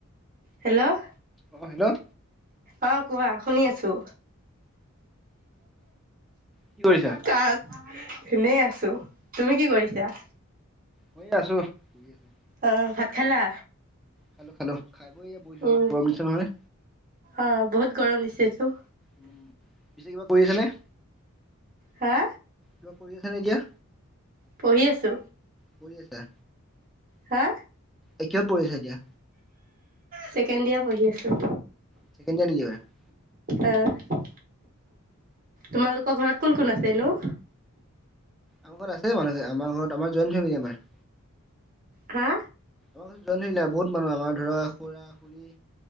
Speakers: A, on the right (about 40°); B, in the centre.
A: হেল্লৌ'।
B: অ হেল্ল'
A: অ কোৱা শুনি আছো।
B: কি কৰিছা
A: কাক এনেই আছো, তুমি কি কৰিছা?
B: মই আছো <unintelligible>
A: অ ভাত খালা?
B: খালো খালো। খাই বৈ এইয়া বহিছো
A: উম
B: অলপ গৰম দিছে নহয়।
A: অ বহুত গৰম দিছেটো।
B: উ পিছে কিবা কৰি আছা নে?
A: হা?
B: কিবা কৰি আছা নে এতিয়া?
A: পঢ়ি আছো।
B: পঢ়ি আছা?
A: হা?
B: এতিয়া পঢ়ি আছা এতিয়া?
A: ছেকেণ্ড ইয়াৰ পঢ়ি আছোঁ।
B: <inaudible>
A: অ', তোমালোকৰ ঘৰত কোন কোন আছেনো?
B: আমাৰ ঘৰত আছে মানুহ ধে আমাৰ ঘৰত আমাৰ জইন ফেমেলি আমাৰ।
A: হা?
B: অ', জইন ফেমেলি বহুত মানুহ আমাৰ ধৰা খুৰা খুুৰী